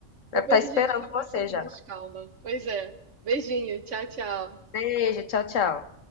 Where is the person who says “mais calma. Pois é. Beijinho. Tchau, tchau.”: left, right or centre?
Right